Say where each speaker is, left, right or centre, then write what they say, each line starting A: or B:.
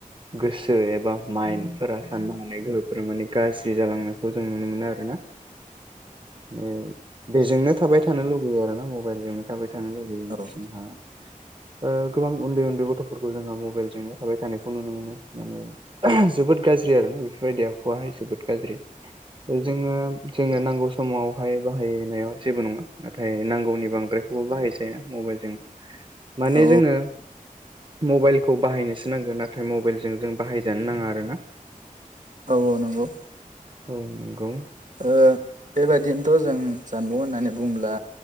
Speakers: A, on the right; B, on the right.
A: गोसो एबा माइन्दफोरा साननो हानाय गोहो फोरा माने गाज्रि जालांनायखौ जों नुनो मोनो आरो ना। औ। बेजोंनो थाबाय थानो लुुबैयो आरोना मबाइलजोंनो थाबाय थानो। थानो लुबैयो
B: औ
A: जोंहा ओ गोबां उन्दै उन्दै गथ'फोरखौ जोंहा मबाइलजोंनो थाबाय थानायखौ नुनो मोनो माने जोबोद गाज्रि आरो ना बेफोरबायदियाव। आखुवाहाय जोबोद गाज्रि जोङो जोंनो नांगौ समावहाय बाहायनायाव जेबो नङा नाथाय नांगौनि बांद्रायखौबो बाहायजाया मबाइलजों। माने
B: औ
A: जोङो मबाइलखौ बाहायनोसो नांगो नाथाय मबाइलजों जों बाहायजानो नाङा आरोना।
B: औ औ नंगौ
A: औ नंगौ।
B: ओ बेबायदिनोथ' जों जानबुं होननानै बुङोब्ला